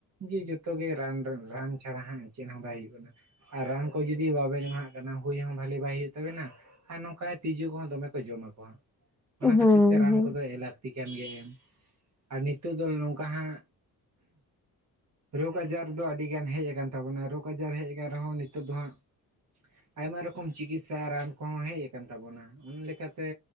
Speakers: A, on the right; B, in the centre.
A: ᱡᱮ ᱡᱚᱛᱚ ᱜᱮ ᱨᱟᱱ ᱨᱮ ᱨᱟᱱ ᱪᱷᱟᱲᱟ ᱦᱟᱸᱜ ᱪᱮᱫ ᱦᱚᱸ ᱵᱟᱭ ᱦᱩᱭᱩᱜ ᱠᱟᱱᱟ᱾ ᱟᱨ ᱨᱟᱱ ᱠᱚ ᱡᱩᱫᱤ ᱵᱟᱵᱮᱱ ᱮᱢᱟᱦᱟᱜ ᱠᱟᱱᱟ ᱦᱩᱭ ᱦᱚᱸ ᱵᱷᱟᱹᱞᱤ ᱵᱟᱭ ᱦᱩᱭᱩᱜ ᱛᱟᱵᱤᱱᱟ ᱟᱨ ᱱᱚᱝᱠᱟ ᱛᱤᱡᱩ ᱠᱚᱦᱚᱸ ᱫᱚᱢᱮ ᱠᱚ ᱡᱚᱢᱟ ᱠᱚ
B: ᱦᱩᱸ
A: ᱚᱱᱟ ᱠᱷᱟᱹᱛᱤᱨ ᱛᱮ ᱨᱟᱱ
B: ᱦᱩᱸ
A: ᱠᱚᱫᱚ ᱞᱟᱠ ᱛᱤ ᱠᱟᱱ ᱜᱮ ᱟᱨ ᱱᱤᱛᱚᱜ ᱫᱚ ᱱᱚᱝᱠᱟ ᱦᱟᱸᱜ ᱨᱚᱜᱽ ᱟᱡᱟᱨ ᱫᱚ ᱟᱹᱰᱤ ᱜᱟᱱ ᱦᱮᱡ ᱟᱠᱟᱱ ᱛᱟᱵᱚᱱᱟ᱾ ᱨᱚᱜᱽ ᱟᱡᱟᱨ ᱦᱮᱡ ᱟᱠᱟᱱ ᱨᱮᱦᱚᱸ ᱱᱤᱛᱚᱜ ᱫᱚ ᱦᱟᱸᱜ
B: <inaudible>
A: ᱟᱭᱢᱟ ᱨᱚᱠᱚᱢ ᱪᱤᱠᱤᱛᱥᱟ ᱨᱟᱱ ᱠᱚᱦᱚᱸ ᱦᱮᱡ ᱠᱟᱱ ᱛᱟᱵᱚᱱᱟ᱾ ᱚᱱᱟ ᱞᱮᱠᱟᱛᱮ